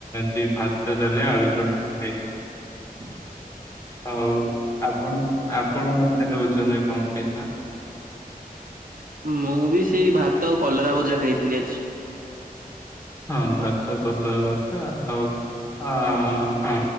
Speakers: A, on the left (about 20°); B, on the right (about 65°).
A: ଚି ଭାତ ଦେଲେ ଆଳୁଚଟଣି ଖାଇ
B: ହୁଁ।
A: ହଉ ଆପଣ ଆପଣ ମଧ୍ୟନ ଭୋଜନରେ କଣ ଖାଇଚନ୍ତି?
B: ମୁବି ସେଇ ଭାତ ଆଉ କଲରା ଭଜା ଖାଇଥିଲି ଆଜି।
A: ହଁ ଭାତ କଲରା ଭଜା ଆଉ ହଁ ହଁ